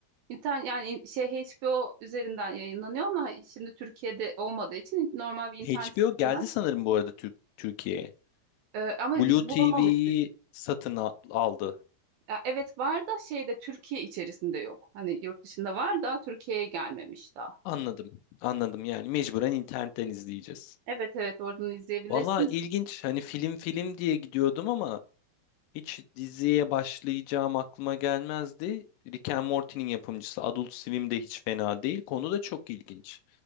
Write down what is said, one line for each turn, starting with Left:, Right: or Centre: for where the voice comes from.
Right: İnternet yani in- şey HBO üzerinden yayınlanıyor ama şimdi Türkiye'de olmadığı için normal bir internet
Left: HBO
Right: sitesinden.
Left: geldi sanırım bu arada Türk Türkiye'ye.
Right: Ee, ama
Left: Blue
Right: biz bulamamıştık.
Left: TV'yi satın al- aldı.
Right: Ya evet var da şeyde Türkiye içerisinde yok. Hani yurt dışında var da Türkiye'ye gelmemiş daha.
Left: Anladım. Anladım yani mecburen internetten izleyeceğiz.
Right: Evet evet oradan izleyebilirsin.
Left: Valla ilginç. Hani film film diye gidiyordum ama hiç diziye başlayacağım aklıma gelmezdi. Rick and Morty'nin yapımcısı Adult Swim de hiç fena değil. Konu da çok ilginç.